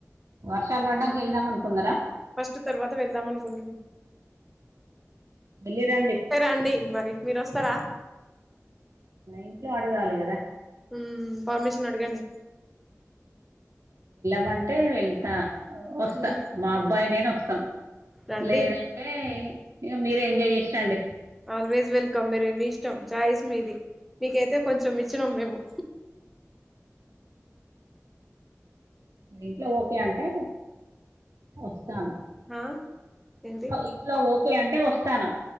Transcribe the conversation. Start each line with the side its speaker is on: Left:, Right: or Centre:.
Right: వర్షాలు పడ్డాక వెళ్దాం అనుకున్నారా
Centre: ఫస్ట్ తర్వాత వెళ్దాం అనుకుంటున్నం
Right: వెళ్ళిరండి
Centre: సరే అండి మరి మీరు వస్తరా
Right: ఇంట్లో అడగాలి కదా
Centre: ఉ పర్మిషన్ అడగండి
Right: మంటే వెళ్తా వస్తా
Centre: మ్మ్
Right: మా అబ్బాయి నేను వస్తం
Centre: రండి
Right: లేదంటే ఇక మీరే ఎంజాయ్ చేసరండి
Centre: ఆల్వేస్ వెల్కమ్ మీరు మీ ఇష్టం ఛాయిస్ మీది మీకైతే కొంచెం ఇచ్చినాం మేము
Right: ఇంట్ల ఓకే అంటే వస్ స్తాను
Centre: ఆ ఏంటి
Right: ఇంట్లో ఓకే అంటే వస్తాను